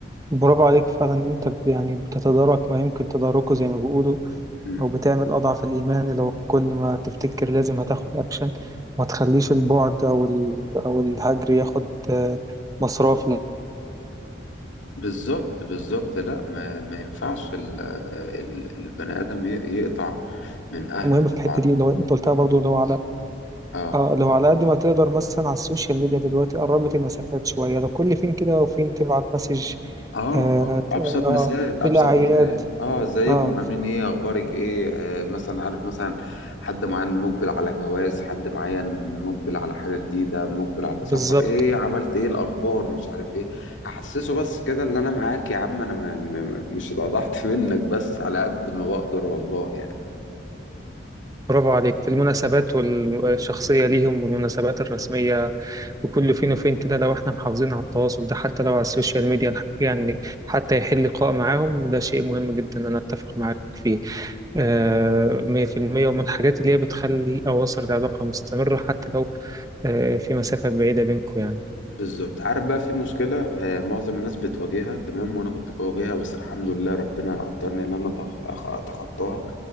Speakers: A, on the right; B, on the left.
A: برافو عليك فعلا إن أنت بت- يعني بتتدارك ما يمكن تداركه زي ما بيقولوا
B: مم.
A: أو بتعمل أضعف الإيمان لو كل ما تفتكر لازم هتاخد أكشن ما تخليش البعد أو ال- أو الهجر ياخد آه، مصراف
B: بالظبط بالظبط لا ما, ما ينفعش ال- آه، ال- البني آدم ي- يقطع من أهله
A: مهمة
B: طبعا
A: في الحتة دي اللي هو انت قلتها برضو اللي هو على
B: اه
A: اه اللي هو على قد ما تقدر مثلا على السوشيال ميديا دلوقتي قربت المسافات شوية لو كل فين كده وفين تبعت مسج
B: اه
A: آه,
B: اه ابسط
A: ت- اه
B: مثال
A: في
B: ابسط
A: الأعياد
B: مثال اه ازيكم
A: اه
B: عاملين ايه اخبارك ايه آه مثلا عارف مثلا حد معين مقبل على جواز حد معين مقبل على حاجه جديده مقبل على
A: بالظبط
B: سفر ايه عملت ايه الاخبار مش عارف ايه احسسه بس كده ان انا معاك يا عم انا م م مش اتقضحت <laughs> منك بس على قد ما بقدر والله يعني
A: برافو عليك في المناسبات وال- الشخصية ليهم والمناسبات الرسمية وكل فين وفين كده لو احنا محافظين على التواصل ده حتى لو على السوشيال ميديا يعني حتى يحل لقاء معاهم ده شيء مهم جدا أنا أتفق معاك فيه آه، مية في المية ومن الحاجات اللي هي بتخلي أواصر العلاقة مستمرة حتى لو آه، في مسافة بعيدة بينكم يعني
B: بالظبط عارف بقى في مشكلة آه، معظم الناس بتواجهها تمام وأنا كنت بواجهها بس الحمد لله ربنا قدرني إن أنا أتخ- أخ- أتخطاها